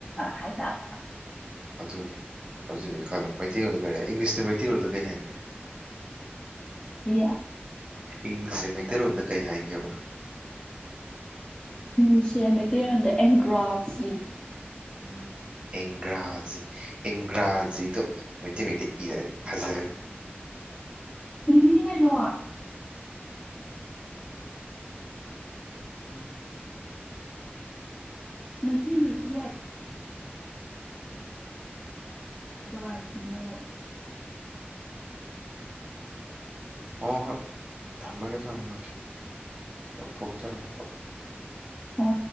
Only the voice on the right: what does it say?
ꯑꯗꯨꯅꯤ ꯑꯗꯨꯅꯤ ꯈꯜꯂꯣ ꯃꯩꯇꯩꯔꯣꯜꯗ ꯀꯔꯤ ꯏꯪꯂꯤꯁꯅ ꯃꯩꯇꯩꯔꯣꯜꯗ ꯀꯔꯤ ꯍꯥꯏꯒꯦ
ꯏꯪꯂꯤꯁꯦ ꯃꯩꯇꯩꯔꯣꯟꯗ ꯀꯩ ꯍꯥꯏꯒꯦꯕ
ꯎ ꯑꯦꯡꯒ꯭ꯔꯥꯖꯤ ꯑꯦꯡꯒ꯭ꯔꯥꯖꯤꯗꯣ ꯃꯩꯇꯩ ꯃꯩꯇꯩ ꯏꯔꯛꯑꯗꯤ ꯐꯖꯔꯅꯤ
ꯎꯝ
ꯍ ꯍꯣꯏ ꯊꯝꯃꯒꯦ ꯊꯝ ꯅꯒꯦ ꯊꯣꯛꯆꯔꯣ ꯊꯕ